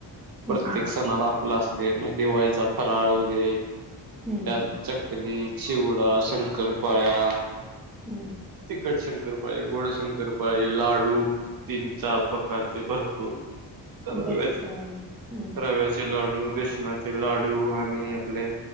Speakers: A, on the right; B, in the centre.
A: प्रत्येक
B: बरं.
A: सणाला आपलं असतय म दिवाळीचा फराळ वगैरे
B: हं,
A: त्यात
B: हं.
A: चकली, चिवडा, शंकरपाळ्या,
B: हम्म
A: तिखट शंकरपाळी, गोड शंकरपाळी, लाडू तीन- चार प्रकारचे, भरपूर रव्याचे
B: बेसन हम्म
A: -रव्याचे लाडू, बेसनाचे लाडू आणि आपले